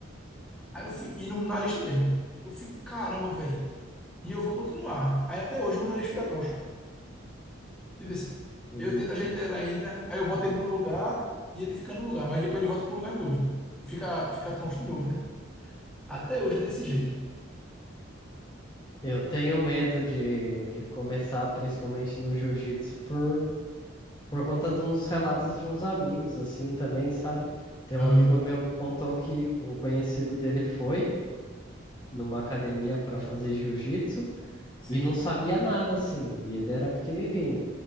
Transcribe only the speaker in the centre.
Aí eu fui, e no nariz também. Eu fiquei, caramba, velho. E eu vou continuar. Aí até hoje meu nariz fica troncho. Tipo assim,
Eu tento ajeitar ele ainda, aí eu boto ele no lugar e ele fica no lugar, mas depois ele volta pro lugar de novo. Fica, fica troncho de novo, né? Até hoje é desse jeito.
Aham,
sim.